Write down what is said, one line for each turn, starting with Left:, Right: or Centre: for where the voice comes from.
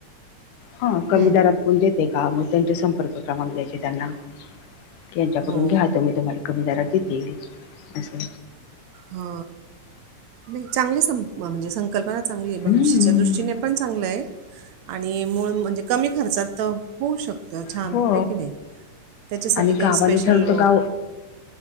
Left: हा कमी
Right: हम्म
Left: दरात देते का मग त्यांचे संपर्क क्रमांक द्यायचे त्यांना की यांच्याकडून
Right: हो
Left: घ्या. तर मी तुम्हाला कमी दरात देेत ये असं.
Right: हा नाही चांगली सं म्हणजे संकल्पना चांगली भविष्याच्या
Left: हम्म.
Right: दृष्टीने पण चांगलं आहे आणि मूळ म्हणजे कमी खर्चात होऊ शकतं छान
Left: हो
Right: आहे की नाही त्याच्यासाठी
Left: आणि
Right: काही
Left: गावाने
Right: स्पेशल
Left: ठरवतो गाव